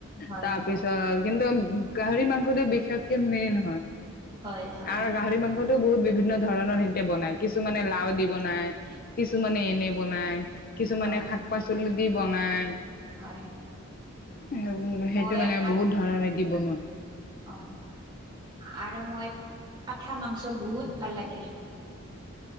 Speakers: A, on the right; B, on the left.
A: হয়
B: তাৰ
A: হয়
B: পিছত কিন্তু গাহৰি মাংসটো বিশেষকে মেইন হয়।
A: হয় হয়
B: আৰু
A: সেইটো
B: গাহৰি মাংসটো বহুত বিভিন্ন ধৰণৰ সিহঁতে বনায়। কিছুমানে লাও দি বনায়, কিছুমানে এনে বনায়। কিছুমানে
A: হয়
B: শাক-পাচলি দি বনায়।
A: হয়।
B: সেইটো
A: হয়
B: মানে
A: আৰু
B: বহুত ধৰণে
A: হয়।
B: দি বনোৱা
A: অ'। আ আৰু মই পাঠা মাংস বহুত ভাল লাগে।